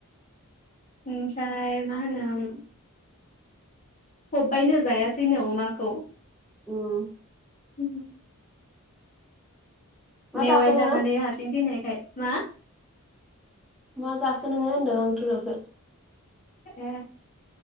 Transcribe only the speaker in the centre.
उम
मा
जाखो नोङो
मा जाखो नोङो होनदों आं <unintelligible> खो